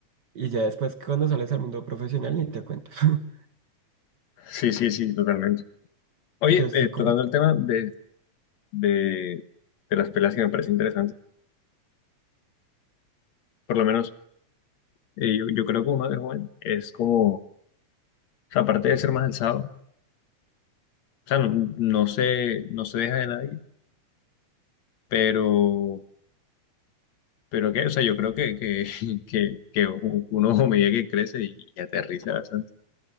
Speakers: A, on the right; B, on the left.
A: y ya después cuando sales al mundo profesional ni te cuento, <laughs>
B: Sí, sí, sí, totalmente. Oye,
A: entonces
B: eh,
A: es como,
B: tocando el tema de, de, de las peleas que me parece interesante, por lo menos eh, yo, yo creo que uno de joven es como, o sea, aparte de ser más alzado, o sea, no, no se, no se deja de nadie, pero Pero que, o sea, yo creo que, que, <laughs> que, que uno <laughs> a medida que crece y, y aterriza bastante,